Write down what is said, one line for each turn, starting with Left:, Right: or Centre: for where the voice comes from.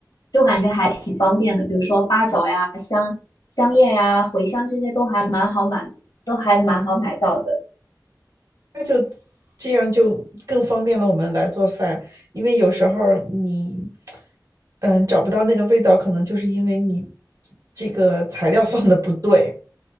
Left: 就感觉还挺方便的。比如说八角呀、香香叶呀、茴香这些都还蛮好买，都还蛮好买到的。
Right: 那就这样就更方便了我们来做饭，因为有时候儿你嗯找不到那个味道，可能就是因为你这个材料放的不对。